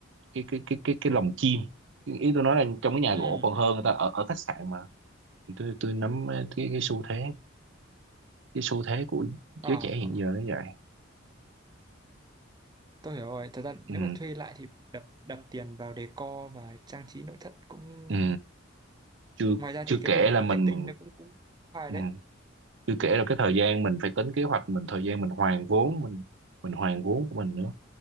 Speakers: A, on the right; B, on the right.
A: cái cái cái cái, cái lồng chim ý ý tôi nói là trong cái nhà
B: ừ
A: gỗ còn hơn người ta ở ở khách sạn mà thì tôi tôi nắm cái cái xu thế cái xu thế của
B: ờ
A: giới trẻ hiện
B: ờ.
A: giờ nó vậy
B: tôi hiểu rồi thật ra nếu
A: ừ
B: mà thuê lại thì đập đập tiền vào decor và trang trí nội thất cũng
A: ừ chưa
B: ngoài ra
A: chưa
B: thì cái
A: kể
B: tiền
A: là
B: marketing
A: mình
B: nó cũng cũng phải
A: Ừ.
B: đấy
A: Chưa kể là cái thời gian mình phải tính kế hoạch mình thời gian mình hoàn vốn mình mình hoàn vốn của mình nữa